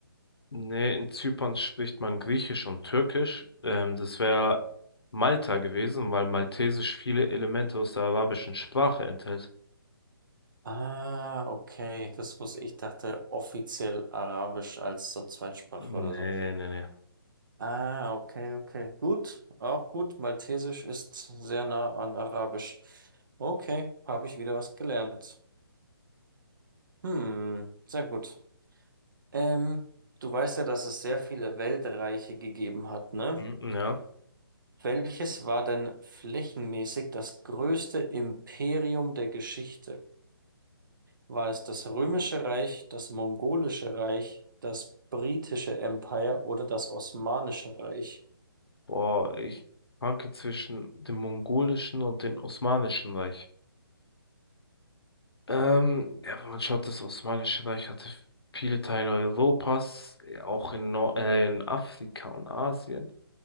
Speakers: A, on the left; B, on the right.
A: Nee, in Zypern spricht man Griechisch und Türkisch. Ähm, das wäre Malta gewesen, weil Maltesisch viele Elemente aus der arabischen Sprache enthält.
B: Ah, okay. Das muss, ich dachte offiziell Arabisch als so Zweitsprache
A: Nee,
B: oder so.
A: nee, nee.
B: Ah, okay, okay. Gut, auch gut. Maltesisch ist sehr nah an Arabisch. Okay, habe ich wieder was gelernt. Hm, sehr gut. Ähm, du weißt ja, dass es sehr viele Weltreiche gegeben hat, ne?
A: Mm, Ja.
B: Welches war denn flächenmäßig das größte Imperium der Geschichte? War es das Römische Reich, das Mongolische Reich, das britische Empire oder das Osmanische Reich?
A: Boah, ich schwanke zwischen dem mongolischen und dem osmanischen Reich. Ähm, ja, wenn man schaut, das Osmanische Reich hatte viele Teile Europas, auch in, Nor äh, in Afrika und Asien.